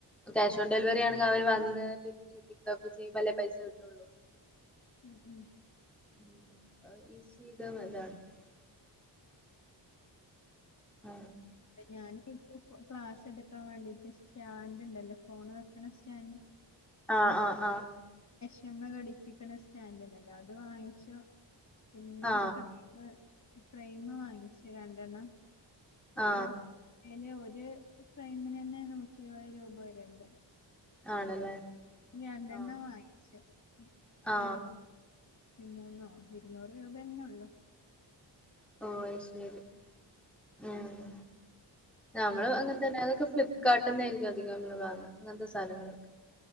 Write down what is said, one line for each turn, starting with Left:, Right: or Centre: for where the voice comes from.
Centre: ക്യാഷ് ഓൺ ഡെലിവറി ആണെങ്കിൽ അവർ വന്ന് പിക്കപ്പ് ചെയ്യുമ്പോൾ അല്ലേ പൈസ കിട്ടുള്ളൂ
Left: ഏ ഉം
Centre: <unintelligible> ആ
Left: ഇപ്പ ഞാന് ഇപ്പൊ ക്ലാസ് എടുക്കാൻ വേണ്ടിയിട്ട് സ്റ്റാൻഡ് ഉണ്ടല്ലോ ഫോൺ വെക്കണ സ്റ്റാൻഡ് അങ്ങനെ
Centre: ആഹ് ആഹ് ആഹ്
Left: <unintelligible> ഘടിപ്പിക്കണ സ്റ്റാൻ്റിണ്ടല്ലോ അത് അത് വാങ്ങിച്ചു പിന്നെ
Centre: ആ
Left: ഫ്രൈമ് ഫ്രെയിമ് വാങ്ങിച്ച് രണ്ടെണ്ണം നെ
Centre: ആ
Left: പുറത്തേന് ഒരു ഒരു ഫ്രെയിമിന് തന്നെ നൂറ്റി ഇരുപത് രൂപ വരേണ്ട്
Centre: ആണല്ലേ
Left: രണ്ടെണ്ണം
Centre: ആ
Left: വങ്ങിച്ച്
Centre: ആ
Left: നൂറ്റി റ്റി മൂന്നോ ഇരുന്നൂറ് രൂപ അങ്ങനെ ഉള്ളു
Centre: ഓ ശരി ഉം നമ്മള്
Left: ഉം
Centre: അങ്ങനെ തന്നെ അതൊക്കെ ഫ്ലിപ്പ് കാട്ടിന്നായിയിരിക്കും അധികം നമ്മള് വാങ്ങ അങ്ങനത്തെ സാധനങ്ങളൊക്കെ